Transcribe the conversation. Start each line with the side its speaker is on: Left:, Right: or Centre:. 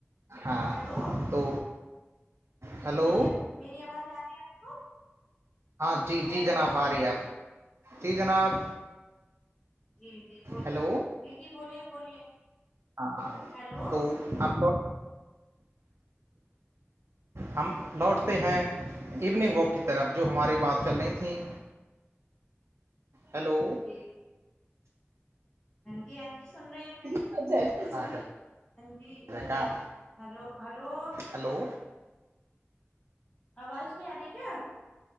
Right: ہاں
Left: ہیلو
Right: تو ہیلو
Left: میری میری آواز آ رہی ہے آپ کو
Right: ہاں جی
Left: ہیلو
Right: جی جناب آ رہی ہے آپ جی جناب
Left: جی جی بو
Right: ہیلو
Left: جی جی بولیے بولیے
Right: ہاں
Left: ہیلو
Right: تو ہم تو ہم لوٹتے ہیں ایوننگ واک کی طرف جو ہماری بات چل رہی تھیں ہیلو
Left: جی ہاں جی ہاں جی سن رہی ہوں میں
Right: <unintelligible>
Left: ہاں جی
Right: ہاں
Left: ہیلو ہیلو
Right: ہیلو
Left: آواز نہیں آ رہی کیا